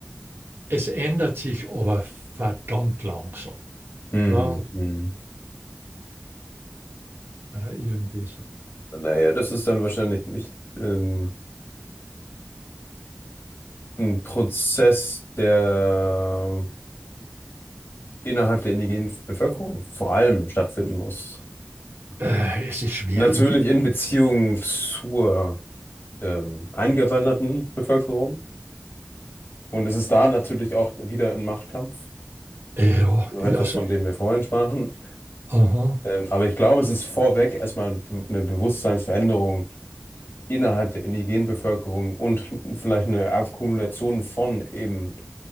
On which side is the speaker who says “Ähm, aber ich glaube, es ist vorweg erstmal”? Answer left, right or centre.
Left